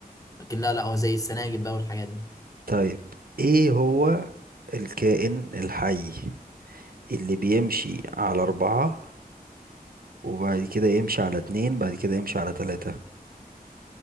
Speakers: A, on the left; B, on the right.
A: لكن لا لا هو زي السناجب بقى والحاجات دي
B: طيب ايه هو الكائن الحي اللي بيمشي على اربعة وبعد كده يمشي على اتنين بعد كده يمشي على تلاتة